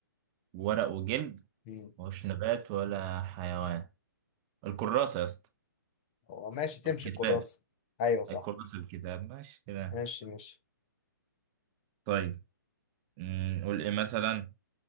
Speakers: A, on the right; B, on the left.
A: ورق وجلد
B: مم.
A: مش نبات ولا حيوان الكراسة يا اسطى
B: هو ماشي تمشي
A: الكتاب
B: الكراسه ايوه صح
A: الكراسة الكتاب ماشي كده
B: ماشي ماشي
A: طيب مم، قول ايه مثلا